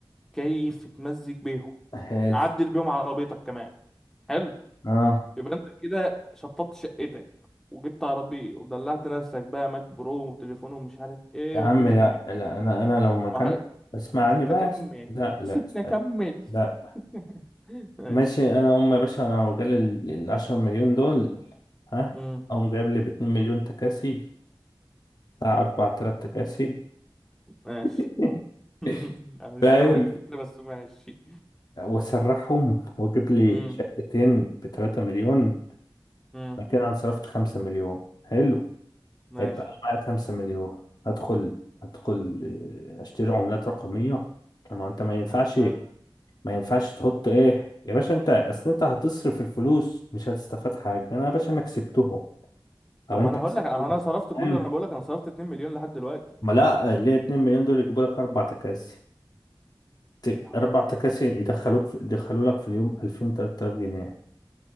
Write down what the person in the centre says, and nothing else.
كيف تمزج بيهم
عدل بيهم عربيتك كمان حلو
يبقى انت كده شطبت شقتك وجبت عربية ودلعت نفسك بقى ماك برو وتليفون ومش عارف ايه
والدنيا
جميلة
ما هي-
سيبنا
كمل
سيبنا
كمل
<laughs> ماشي
امم
ماشي
<laughs> انا مش
فاهم ايه الفكرة بس ماشي
امم
امم
ماشي
حلو
طب
ما
انا هقول
لك انا صرفت كله
انا بقول لك انا صرفت 2 مليون لحد دلوقتي
يا حول
ولا قوة.